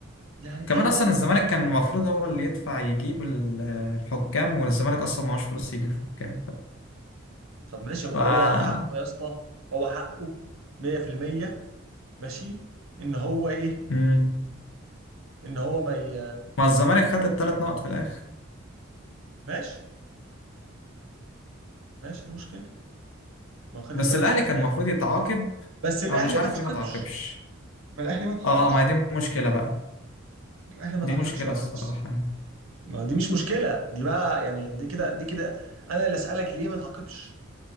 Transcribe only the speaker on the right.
يعني
ايه برضه
طب ماشي يبقى
هو حقه يا اسطى هو حقه 100% ماشي ان هو ايه
ان هو ما ي...
ماشي ماشي إيه المشكله ما هو خد
الثلاث
نقط
في الاخر
بس الاهلي
ما تعاقبش
ما الاهلي ما تعاقبش
الاهلي ما
تعاقبش
يا ريس
ما دي مش مشكله دي بقى يعني دي كده دي كده انا اللي اسالك ليه ما تعاقبش